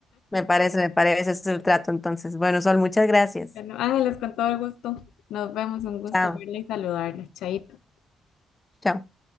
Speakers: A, on the left; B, on the left.
A: Me parece, me parece, ese es el trato entonces. Bueno, Sol, muchas gracias.
B: Bueno, Ángeles, con todo el gusto. Nos vemos, un gusto
A: Chao,
B: verla y saludarla. Chaito.
A: chao.